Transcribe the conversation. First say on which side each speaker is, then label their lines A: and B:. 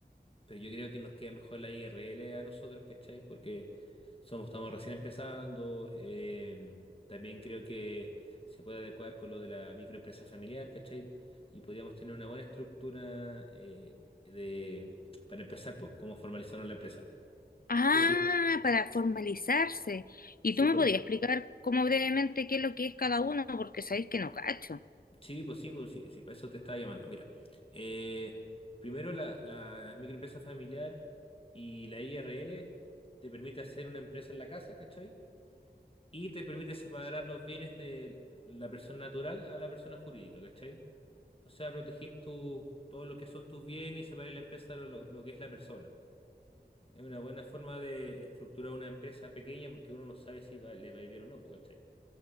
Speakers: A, on the left; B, on the left.
A: pero yo creo que nos queda mejor la IRL a nosotros, ¿cachai? Porque somos, estamos recién empezando, em, también creo que se puede adecuar con lo de la microempresa familiar, ¿cachai? Y podríamos tener una buena estructura eh, de, para empezar, pues, cómo formalizarnos la empresa.
B: Ah,
A: ¿Qué opi-
B: para formalizarse. ¿Y
A: Sí,
B: tú me
A: pues.
B: podías explicar como brevemente qué es lo que es cada uno? Porque sabéis que no cacho.
A: Sí, pues sí, pues sí, sí, para eso te estaba llamando. Mira, eh, primero la, la microempresa familiar y la IRL te permite hacer una empresa en la casa, ¿cachai? Y te permite separar los bienes de la persona natural a la persona jurídica, ¿cachai? O sea, protegís tu, todo lo que son tus bienes y separar la empresa de lo, lo que es la persona. Es una buena forma de estructurar una empresa pequeña porque uno no sabe si va- le va a ir bien o no, pues, ¿cachai?